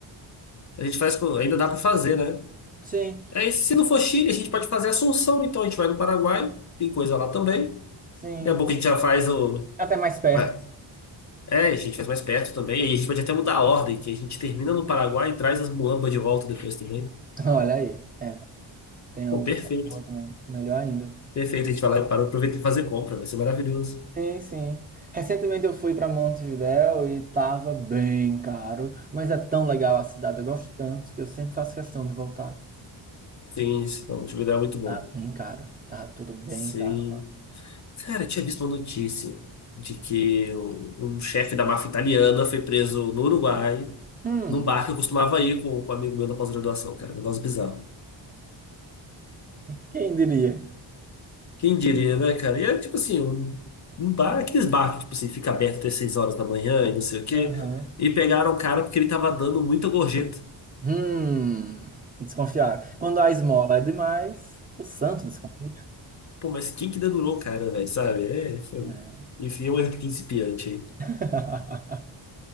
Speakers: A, on the left; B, on the right.
A: A gente faz. com- Ainda dá pra fazer, né?
B: sim,
A: Aí, se não for Chile, a gente pode fazer Assunção, então a gente vai no Paraguai, tem coisa lá também.
B: sim.
A: Daqui a pouco a gente já faz o.
B: Até mais perto.
A: mas- É, a gente faz mais perto também. E a gente pode até mudar a ordem, que a gente termina no Paraguai e traz as muambas de volta depois também. né?
B: <laughs> Olha aí. É, tem
A: Pô,
B: uma
A: perfeito.
B: boa também. Melhor ainda.
A: Perfeito. A gente vai lá e para, aproveita e fazer compra. Vai ser maravilhoso.
B: Sim, sim. Recentemente eu fui para Montevidéu e tava bem caro, mas é tão legal a cidade, eu gosto tanto que eu sempre faço questão de voltar.
A: Sim, sim. Não, tive uma ideia muito bom.
B: Tá bem caro, tá tudo bem
A: Sim.
B: caro lá.
A: Cara, eu tinha visto uma notícia de que um, um chefe da máfia italiana foi preso no Uruguai,
B: Hum,
A: num bar que eu costumava ir com, com um amigo meu da pós-graduação, cara. Um negócio bizarro.
B: quem diria?
A: Quem diria, né, cara? E é tipo assim, um, um bar, aqueles bar que tipo assim, fica aberto até 6 horas da manhã e não sei o quê.
B: Aham.
A: E pegaram o cara porque ele tava dando muita gorjeta.
B: Hum, desconfiar. Quando a esmola é demais, o santo desconfia.
A: Pô, mas quem que dedurou o cara, velho, sabe? É, foi-
B: É.
A: um, enfim, é um erro principiante aí.
B: <laughs>